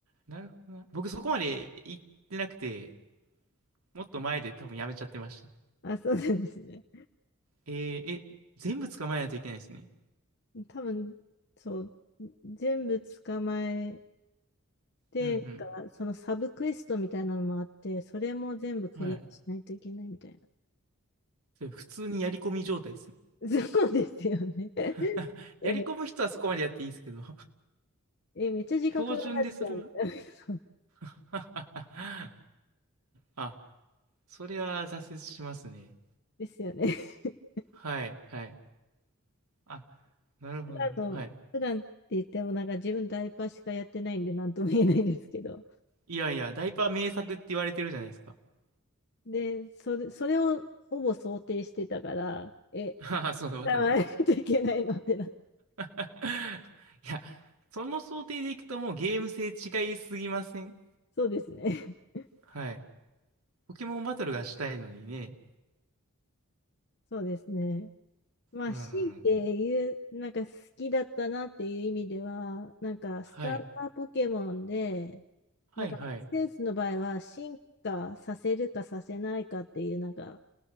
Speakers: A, on the right; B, on the left.
A: なるほどな。僕そこまで行ってなくて、もっと前で多分やめちゃってました。
B: <laughs> あ、そうなんですね。
A: えーえ、全部捕まえないといけないですね。
B: 多分、そう、全部捕まえで、
A: うん
B: なんか、そのサブクエストみたいなのもあって、それも全部クリアしないといけないみたいな。
A: うん。はい。で普通にやり込み状態ですね。
B: <laughs> そうですよね。<laughs>
A: <laughs>
B: え、
A: やり込む人はそこまでやっていいですけど、
B: め、え、めっちゃ時間かかるじゃんみたいな。
A: <laughs> 標準でそれは
B: <laughs> そう
A: <laughs> あ、それは挫折しますね。
B: ですよね。<laughs>
A: はい、はい。あ、なるほど。
B: なんか、普段の、
A: はい。
B: 普段って言っても、なんか自分ダイパーしかやってないんで、なんとも言えないんですけど。
A: いやいや、ダイパー名作って言われてるじゃないですか。<laughs>
B: で、それ、それをほぼ想定してたから、え、
A: ああ、そうだ、わかる。
B: 使わないといけないのってな。
A: <laughs> いや、その想定でいくともうゲーム性違いすぎません
B: そうですね。<laughs>
A: はい。ポケモンバトルがしたいのにね。
B: そうですね。まあ、
A: うん。
B: 強いて言う、なんか好きだったなっていう意味では、なんかスターターポケモンで、
A: はい。はい、
B: なんかアクセンスの場合は進化させるかさせないかっていう、
A: はい。
B: なんか、